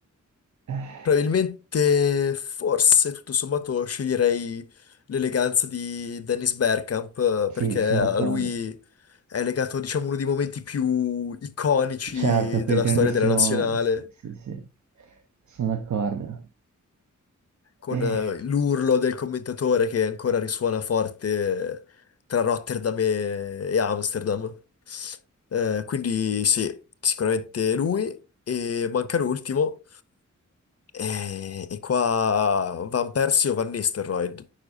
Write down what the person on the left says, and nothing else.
Probabilmente, forse tutto sommato sceglierei l'eleganza di Dennis Bergkamp eh,
perché
a
lui è legato, diciamo, uno dei momenti più iconici
della
storia della nazionale,
con
eh, l'urlo del commentatore che ancora risuona forte tra Rotterdam e, e Amsterdam. Eh, quindi sì, sicuramente lui e manca l'ultimo. Eh, E, qua Van Persie o Van Nistelrooy?